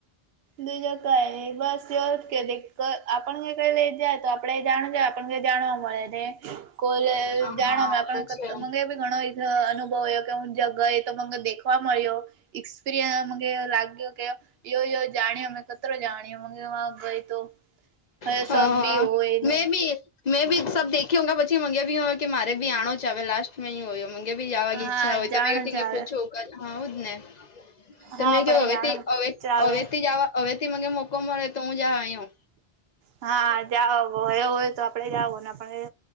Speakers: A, on the right; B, on the left.
A: બીજા કઈ બસ એ કે આપણ ક કઈ લઈ જાય તો આપડે જાણજ જાણવા મળે ને કો
B: હા
A: જાણવા
B: હા આવું તો છે
A: મળ મ ઘણો અનુભવયો કે હું જગા એ તો મ દેખવા મળ્યો. એક્સપિરિયન્સ લાગ્યો કે યો અમે કતરો જાણીએ ગઈ તો. હવે
B: હ
A: સબ
B: હ
A: બી હોય એનું
B: મે બી મે બી સબ દેી હોંગા પછી મંગ્યા ભી હોય કે <unintelligible> બી જવાની
A: હા
B: ઈચ્છા હોય
A: જાણ
B: તમે ક
A: જ આવે
B: પૂછો હા હો જ ને.
A: હા
B: તમે
A: આપડે
B: કે હવેથી
A: જાણ
B: હવે
A: ચાલે
B: હવેથી જવા હવેથી મને મોકો મળે તો હું જ યો.
A: હા જા હયો હોય તો આપડે જો ને.